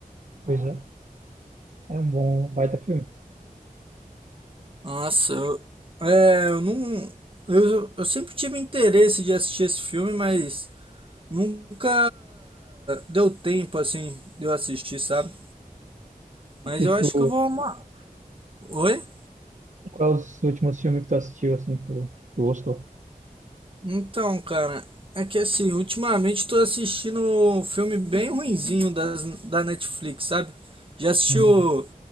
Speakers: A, on the right (about 55°); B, on the right (about 35°).
A: pois é, é um bom baita filme.
B: Nossa, eu, é, eu não. Eu, eu sempre tive interesse de assistir esse filme, mas nunca deu tempo assim de eu assistir, sabe? Mas
A: E o que
B: eu
A: que
B: acho
A: tu,
B: que eu vou amar. Oi?
A: e quais os últimos filmes que tu assistiu, assim, que tu, que tu gostou?
B: Então, cara, é que assim, ultimamente tô assistindo um filme bem ruinzinho das, da Netflix, sabe? Já assistiu
A: Uhum.